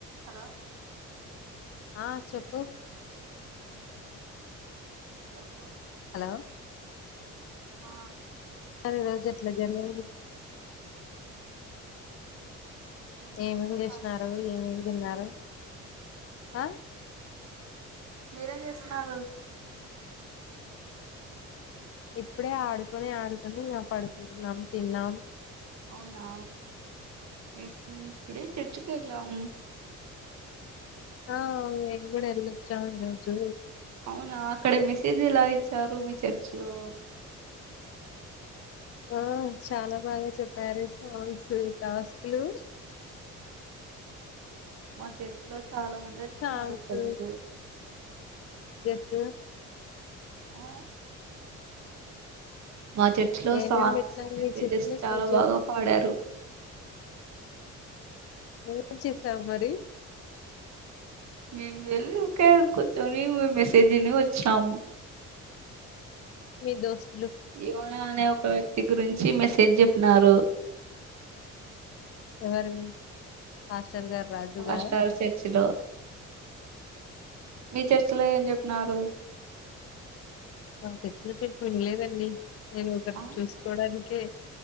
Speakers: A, on the right; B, on the left.
A: Hello
B: ఆ చెప్పు
A: చెప్పు
B: హలో
A: ఆ
B: మరి ఈ రోజు ఎట్లా జరిగింది
A: ఏం చేస్తున్నాం
B: ఏమిమి చేసినారు
A: ఖాళీగానే ఉన్నాం
B: ఏమిమి తిన్నారు ఆ
A: మీరేం చేస్తున్నారు
B: ఇప్పుడే ఆడుకొని ఆడుకొని ఇంగ పడుకుంటున్నాం తిన్నాం
A: అవునా ఇ ఇప్పుడే చర్చికి వెళ్ళాం
B: ఆ మేముగుడ ఎల్లి వచ్చం ఈ రోజు
A: అవునా అక్కడ మెసేజ్ ఎలా ఇచ్చారు మీ చర్చ లో
B: ఆ చాలా బాగా చెప్పారు. సాంగ్స్, టాస్క్ లు
A: మా తెర్చలో చాలా మంది వచ్చన్నారు
B: సాంగ్స్
A: ప్రజలు.
B: జు
A: ఆ మా చర్చి లో
B: ఏమేమి
A: సాంగ్స్,
B: పెట్టినారు
A: మెసేజెస్
B: మీ చెట్లు
A: చాలా
B: గుజు
A: బాగా పాడారు.
B: నువ్వు ఏం చేశావు మరి
A: మేము వెళ్ళి వుకే కూచొన్ని మెసేజ్ విన్నీ వచ్చినాము
B: మీ దోస్త్
A: యవనా అనే ఒక వ్యక్తి, గురించి మెసేజ్ చెప్పినారు.
B: ఎవరు మాస్టర్ గారు రాజు
A: పాస్టర్
B: గారు
A: చర్చి లో మీ చర్చలో ఏం చెప్పినరు
B: మా చర్చిలో వినలేదండి నేను ఒకరి
A: ఆ
B: చూసుకోడానికే